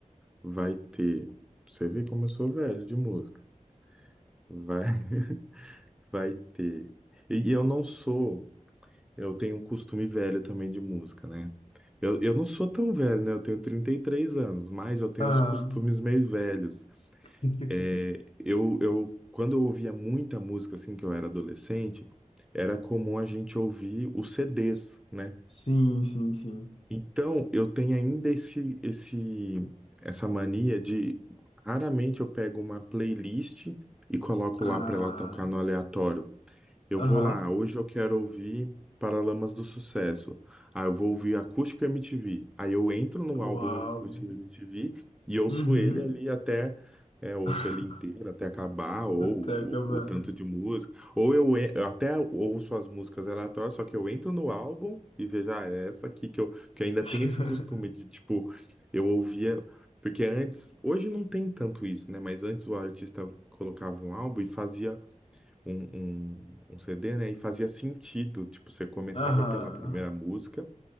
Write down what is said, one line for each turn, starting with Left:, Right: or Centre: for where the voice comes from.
Centre: vai ter. pra Você vê como eu sou velho de música. Vai, <laughs> vai ter. E eu não sou. Eu tenho um costume velho também de música, né? Eu, eu não sou tão velho, né? Eu tenho 33 anos, mas eu tenho
Left: Aham.
Centre: uns costumes meio velhos.
Left: <laughs>
Centre: É, eu, eu, quando eu ouvia muita música assim que eu era adolescente, era comum a gente ouvir os CDs, né?
Left: Sim, sim, sim.
Centre: Então eu tenho ainda esse, esse, essa mania de raramente eu pego uma playlist e coloco
Left: Ah,
Centre: lá para ela tocar no aleatório. Eu
Left: aham.
Centre: vou lá, hoje eu quero ouvir Paralamas do Sucesso. Ah, eu vou ouvir Acústico MTV. Aí eu entro no
Left: O
Centre: álbum
Left: álbum.
Centre: do Acústico MTV e ouço
Left: Uhum.
Centre: ele ali até, é, ouço
Left: <laughs>
Centre: ele inteiro até acabar, ou
Left: Até
Centre: o,
Left: acabar.
Centre: o tanto de música. Ou eu, en- eu até ouço as músicas aleatórias, só que eu entro no álbum e vejo, ah, é essa aqui que eu. Porque ainda
Left: <laughs>
Centre: tem esse costume de, tipo, eu ouvia. Porque antes, hoje não tem tanto isso, né? Mas antes o artista colocava um álbum e fazia um, um, um CD, né? E fazia sentido, tipo, você começava
Left: Aham.
Centre: pela primeira música